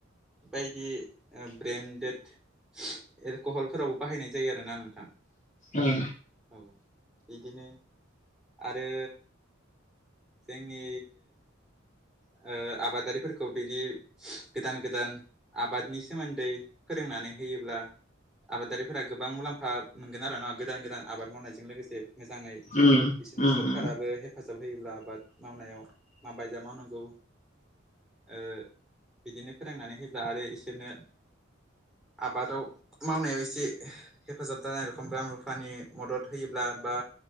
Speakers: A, in the centre; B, on the left.
A: बायदि ओ ब्रेन्डेड एलक'हलफोरावबो बाहायनाय जायो आरोना नोंथां।
B: उम।
A: औ बिदिनो आरो जोंनि ओ आबादारिफोरखौ बिदि गोदान गोदान आबादनि सोमोन्दै फोरोंनानै होयोब्ला आबादारिफोरा गोबां मुलाम्फा मोनगोन आरोना गोदान गोदान आबाद मावनायजों लोगोसे मोजाङै।
B: उम
A: बिसोरनो
B: उम
A: सरकाराबो हेफाजाब होयोब्ला आबाद मावनायाव माबायजा मावनांगौ ओ बिदिनो फोरोंनानै होब्ला आरो इसोरनो आबादाव मावनायाव एसे हेफाजाब जानाय रखम रां रुफानि मदद होयोब्ला बा